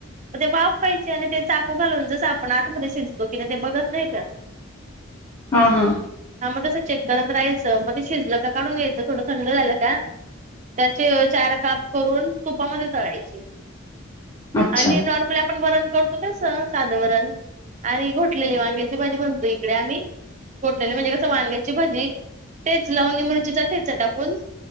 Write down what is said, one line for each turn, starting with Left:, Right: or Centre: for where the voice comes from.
Right: ते वाफ पाहिजे आणि ते <unintelligible> ू <unintelligible> घालून जसं आपण आतमध्ये शिजतो कि नाही ते बघत नाही का?
Left: हां, हां.
Right: हा मग तसं चेक करात राहायचं मग ते शिजलं का काढून घ्यायचं. थोड थंड झालं का त्याचे चार काप करून तुपामध्ये तळायचे
Left: अच्छा.
Right: आणि <unintelligible> आपण वरण करतो तस साधं वरण आणि घोटलेली वांग्याची भाजी म्हणतो इकडे आम्ही घोटलेली म्हणजे कसं वांग्याची भाजी तेच लावून मिरचीचा ठेचा टाकून